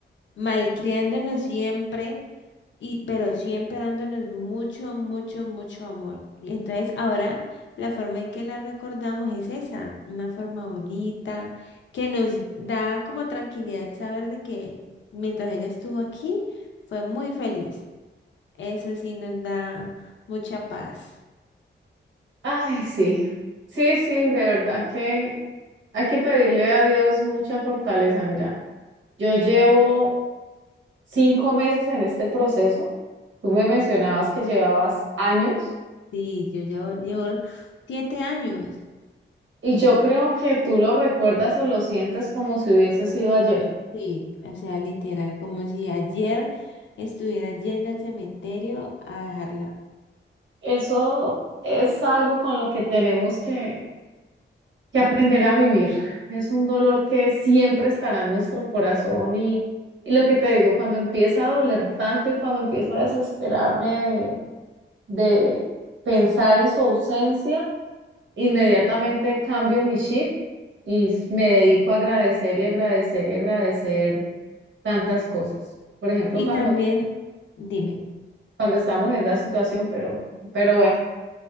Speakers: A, on the left; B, on the right.
A: malcriándonos siempre, y, pero siempre dándonos mucho, mucho, mucho amor. Y entonces ahora la forma en que la recordamos es esa, una forma bonita, que nos da como tranquilidad saber de que mientras ella estuvo aquí, fue muy feliz. Eso sí nos da mucha paz.
B: Ay, sí, sí, sí, de verdad que hay que pedirle a Dios mucha fortaleza. Mira, yo llevo cinco meses en este proceso. Tú me mencionabas que llevabas
A: Mm.
B: años
A: Sí, yo llevo, llevo siete años.
B: y yo creo que tú lo recuerdas o lo sientes como si hubiese sido ayer.
A: Sí, o sea, literal, como si ayer estuviera yendo al cementerio a dejarla.
B: Eso es algo con lo que tenemos que, que aprender a vivir. Es un dolor que siempre estará en nuestro corazón y, y lo que te digo, cuando empieza a doler tanto y cuando empiezo a desesperarme de de pensar en su ausencia, inmediatamente cambio mi chip y s- me dedico a agradecer y agradecer y agradecer tantas cosas. Por ejemplo,
A: Y
B: cuando,
A: también, dime,
B: cuando estamos en esa situación, pero, pero bueno,